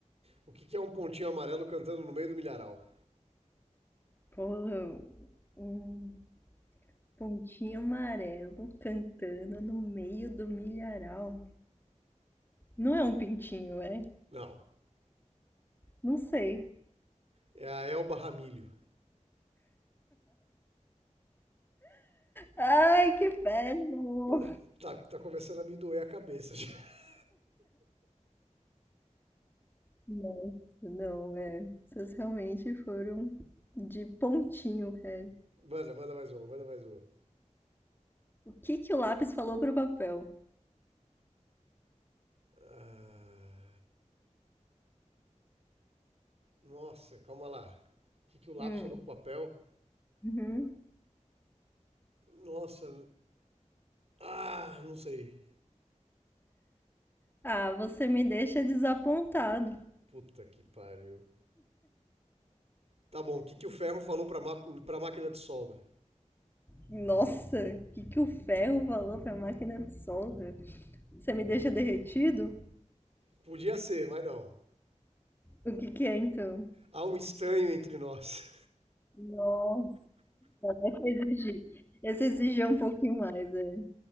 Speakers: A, on the right; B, on the left.
A: O que, que é um pontinho amarelo cantando no meio do milharal?
B: Porra, Um pontinho amarelo cantando no meio do milharal. Não é um pintinho, é?
A: Não.
B: Não sei.
A: É a Elba Ramilho.
B: Ai, que péssimo!
A: Eu- Tá, tá começando a me doer a cabeça já. <laughs>
B: Nossa, não, é. Vocês realmente foram de pontinho, cara.
A: Manda, manda mais uma, manda mais uma.
B: O que que o lápis falou pro papel?
A: Ah, nossa, calma lá. O que, que o lápis
B: Hum,
A: falou pro papel?
B: uhum.
A: Nossa, Ah, não sei.
B: Ah, você me deixa desapontado.
A: Puta que pariu. Tá bom, o que, que o ferro falou pra, ma pra máquina de solda?
B: Nossa, o que que o ferro falou pra máquina de solda? Você me deixa derretido?
A: Podia ser, mas não.
B: O que que é então?
A: Há um estranho entre nós.
B: Nossa. Essa exigir. Essa exigir um pouquinho mais, é.